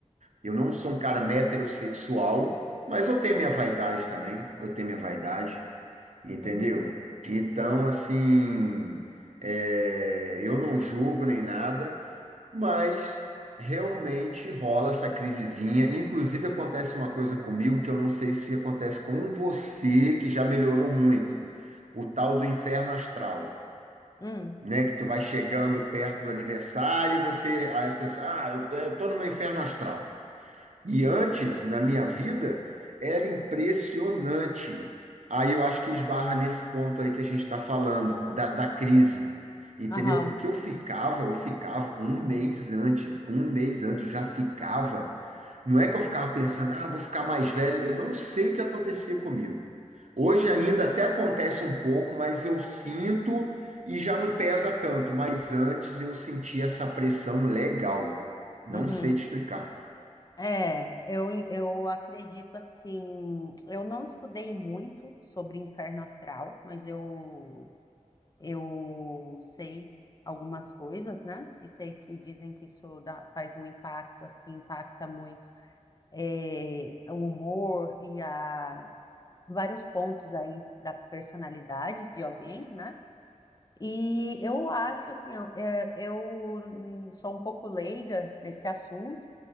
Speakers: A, on the right; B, on the left.
A: eu não sou um cara heterossexual, mas eu tenho minha vaidade também, eu tenho minha vaidade, entendeu?
B: Uhum.
A: Então, assim, é, eu não julgo nem nada. Mas realmente rola essa crisezinha. Inclusive, acontece uma coisa comigo que eu não sei se acontece com você, que já melhorou muito. O tal do inferno astral,
B: Hum.
A: né? Que tu vai chegando perto do aniversário e você. Aí as pessoas, ah, eu, eu tô no meu inferno astral. E antes, na minha vida, era impressionante. Aí eu acho que esbarra nesse ponto aí que a gente está falando, da, da crise. Entendeu?
B: Aham.
A: Porque eu ficava, eu ficava um mês antes, um mês antes, eu já ficava. Não é que eu ficava pensando, ah, vou ficar mais velho. Eu não sei o que acontecia comigo. Hoje ainda até acontece um pouco, mas eu sinto e já não pesa tanto. Mas antes eu sentia essa pressão legal. Não
B: Uhum.
A: sei te explicar.
B: É, eu, eu acredito assim. Eu não estudei muito sobre inferno astral, mas eu, eu sei algumas coisas, né? E sei que dizem que isso dá- faz um impacto, assim, impacta muito é, o humor e a, vários pontos aí da personalidade de alguém, né? E eu acho assim, eu, é, eu, hum, sou um pouco leiga nesse assunto.